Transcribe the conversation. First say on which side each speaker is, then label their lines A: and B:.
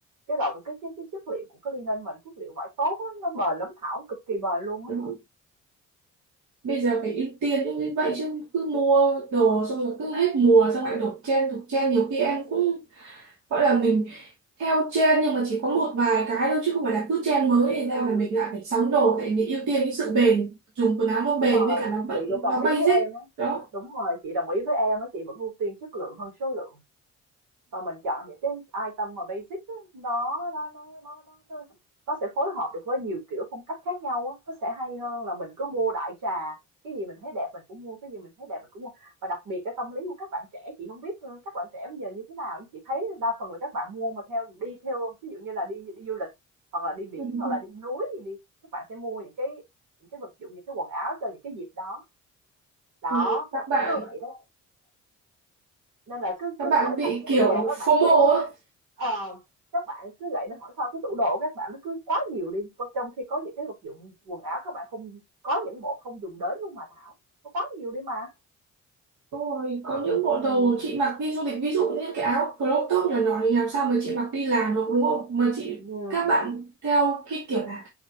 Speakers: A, on the right; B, on the right.
A: cái động cái cái cái chất liệu của cái linen mình chất liệu vải tốt á, nó bền lắm Thảo cực kỳ bền luôn á
B: mà. bây giờ phải ưu tiên những cái vậy chứ cứ mua đồ xong rồi cứ hết mùa xong lại đổ trend đổ trend nhiều khi em cũng gọi là mình theo trend nhưng mà chỉ có một vài cái thôi chứ không phải là cứ trend mới này
A: ừ
B: ra là mình lại phải sắm đồ tại vì ưu tiên cái sự bền dùng quần áo nó
A: đúng
B: bền
A: rồi
B: với cả nó bận
A: chị cũng đồng
B: nó
A: ý
B: basic
A: với em á
B: đó
A: đúng rồi chị đồng ý với em á chị vẫn ưu tiên chất lượng hơn số lượng và mình chọn những cái item mà basic đó nó nó nó nó nó nó sẽ phối hợp được với nhiều kiểu phong cách khác nhau á nó sẽ hay hơn là mình cứ mua đại trà cái gì mình thấy đẹp mình cũng mua cái gì mình thấy đẹp mình cũng mua và đặc biệt cái tâm lý của các bạn trẻ chị không biết ừ, các bạn trẻ bây giờ như thế nào nhưng chị thấy đa phần là các bạn mua mà theo đi theo ví dụ như là đi đi du lịch hoặc là đi biển
B: <laughs>
A: hoặc là đi núi gì đi các bạn sẽ mua những cái những cái vật dụng những cái quần áo cho những cái dịp đó đó
B: Ừ. các bạn
A: cứ vậy Đó. nên là cứ
B: các
A: cứ
B: bạn
A: hỏi
B: bị
A: xong một cái
B: kiểu
A: tủ đồ các
B: phô
A: bạn
B: FOMO
A: cứ
B: á
A: Ờ, các bạn cứ gậy nó hỏi sao cái tủ đồ của các bạn nó cứ quá nhiều đi, còn trong khi có những cái vật dụng quần áo các bạn không có những bộ không dùng đến luôn mà Thảo, nó quá nhiều đi mà.
B: Đúng rồi, có những bộ
A: Ừ.
B: đồ chị mặc đi du lịch ví dụ như cái áo crop top nhỏ nhỏ thì làm sao mà chị mặc đi làm được đúng không? Mà chị
A: Ừ.
B: các bạn theo cái kiểu là